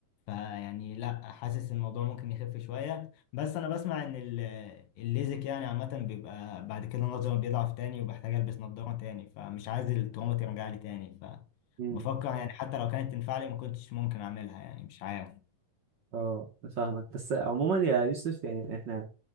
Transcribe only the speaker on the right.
امم
اه فاهمك بس عموما يا يوسف يعني احنا